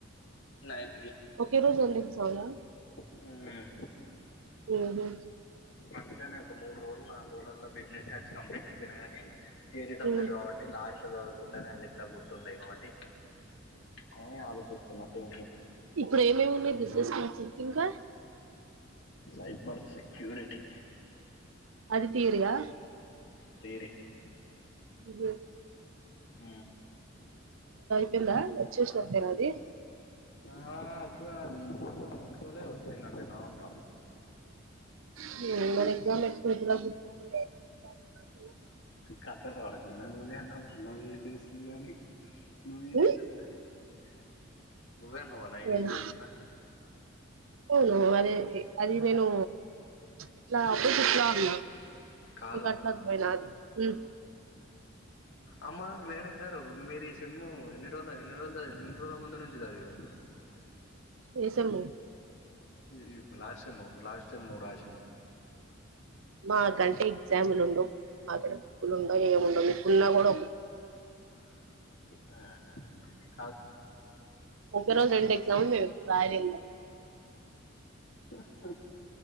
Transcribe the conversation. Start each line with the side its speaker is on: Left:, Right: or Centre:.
Left: నైన్
Right: ఒకే రోజు అన్నేగ్జామ్ లా
Left: <unintelligible>
Right: ఊహూ
Left: అందుకని ఒక మూడు రోజులు నాలుగు రోజులల్లో బిజినెస్ టాక్స్ కంప్లీట్ అయిపోయినా కాని వేరే సబ్జెక్ట్
Right: ఉమ్
Left: కాబట్టి లాస్ ఎట్లా చదువుకండేనే అదెట్లా గుర్తుంటాయి కాబట్టి కొనీ ఆలోచిస్ <unintelligible>
Right: ఇప్పుడేమేమి ఉన్నాయి బిజినెస్ కోర్సెస్ ఇంకా
Left: సైబర్ సెక్యూరిటీ
Right: అది తీరుగా
Left: తీరి
Right: <unintelligible>
Left: ఆ
Right: <unintelligible> వచ్చేసినంతేనా అది
Left: ఆ అప్పు <unintelligible> కొలే వచ్చేసినట్టేనా అట్ట
Right: హు మరి ఫోన్ ఎత్తుక పోయి ఇచ్చి రాపో
Left: కథలు ఆడకున్న నువ్వే అన్నావ్ కద నందిని లేచందనీ నువ్వేం
Right: ఉమ్
Left: చేసావ్ మీ నువ్వే అన్నవ నైన్న్
Right: ఏమో
Left: డేస్ ఉందని
Right: అవును అదే అది నేను ఎట్లా అపోజిట్లా ఉన్నా
Left: కాదు
Right: మీ కట్లా పోయినాది ఉ
Left: అమ్మ మేడం గారు ను మీరి సిమ్ము ఎన్ని రోజుల ఎన్ని రోజులు ఎన్ని రోజుల మందు నుంచి చదివిరు
Right: ఏ సేమ్
Left: ఈ లాస్ట్ సేమ్ లాస్ట్ సేమ్ నువ్వు రాసిండే
Right: మా కంటే ఎగ్జాంల్ ఉండవు ఎగ్జామ్లు ఉండవు ఏముండవు మీకున్నా కూడా
Left: ఆహా
Right: ఒక రోజు రెండు ఎక్జామ్ లు రాయలేంగా
Left: హా ఆ